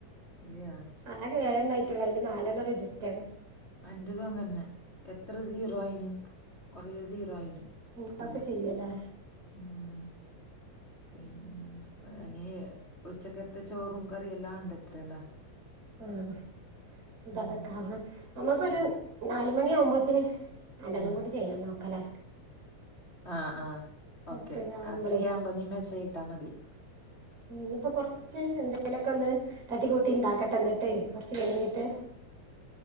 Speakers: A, on the left; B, on the right.
A: അതെയാ
B: ആകെ ഏഴണ്ണം ആയിട്ടുള്ളു അതിൽ നാലെണ്ണം റിജക്ട് ആണ്
A: അന്റതും അങ്ങന്നെ എത്ര സീറോ ആയിന് കൊറേ സീറോ ആയിന്
B: എന്താപ്പ
A: ഫുള്ള്
B: ചെയ്യല്ലേ
A: ഉം പിന്നെ എന്താ ഇനി ഉച്ചക്കത്ത ചോറും കറിയ എല്ലാം ഉണ്ടത്രല്ല
B: ആഹ അപ്പ
A: ഉം
B: അതൊക്കെ ആവണം നമ്മുക്കൊരു
A: ആ
B: നാല് മണി ആകുമ്പോത്തിന്- രണ്ടണ്ണം
A: ആ
B: കൂടി ചെയ്യാൻ നോക്കല്ലേ
A: ആ ആ ഓക്കെ
B: ഫ്രീ ആവുമ്പോളേ
A: ആ ഫ്രീ ആകുമ്പോൾ നീ മെസ്സേജ് ഇട്ടാൽ മതി
B: ഇനിയിപ്പോ കൊറച്ച് എന്തേലൊക്കെ ഒന്ന് തട്ടി കൂട്ടി ഉണ്ടാക്കട്ടെ എന്നിട്ടേ കൊറച്ച് കഴിഞ്ഞിട്ട്